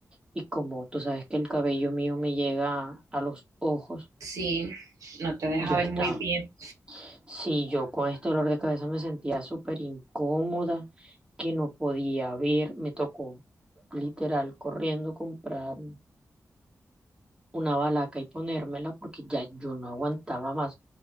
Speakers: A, on the right; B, on the right.
A: Y como tú sabes que el cabello mío me llega a los ojos,
B: Sí, no te deja
A: yo
B: ver
A: estaba,
B: muy bien.
A: sí, yo con este dolor de cabeza me sentía súper incómoda, que no podía ver, me tocó literal corriendo comprar una balaca y ponérmela porque ya yo no aguantaba más. O